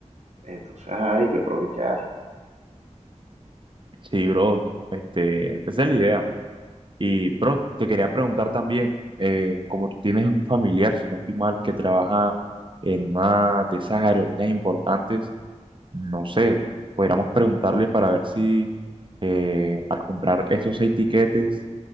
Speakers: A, on the right; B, on the right.
A: Entonces, ajá, hay que aprovechar.
B: Sí, bro, este, esa es la idea. Y bro, te quería preguntar también, eh, como tú tienes un familiar, si no estoy mal, que trabaja en una de esas aerolíneas importantes, no sé, podríamos preguntarle para ver si eh, al comprar esos seis tiquetes